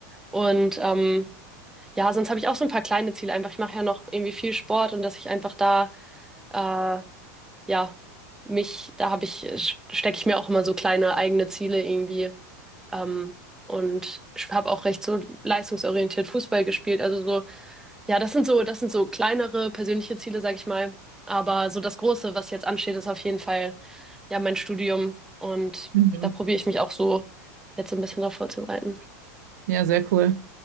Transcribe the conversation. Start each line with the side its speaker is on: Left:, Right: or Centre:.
Centre: und ähm, ja, sonst habe ich auch so ein paar kleine Ziele einfach. Ich mache ja noch irgendwie viel Sport und dass ich einfach da äh, ja, mich, da habe ich, stecke ich mir auch immer so kleine eigene Ziele irgendwie. Ähm, und ich habe auch recht so leistungsorientiert Fußball gespielt. Also so, ja, das sind so, das sind so kleinere persönliche Ziele, sag ich mal. Aber so das Große, was jetzt ansteht, ist auf jeden Fall ja mein Studium. Und
Right: Mhm.
Centre: da probiere ich mich auch so jetzt so ein bisschen darauf vorzubereiten.
Right: Ja, sehr cool.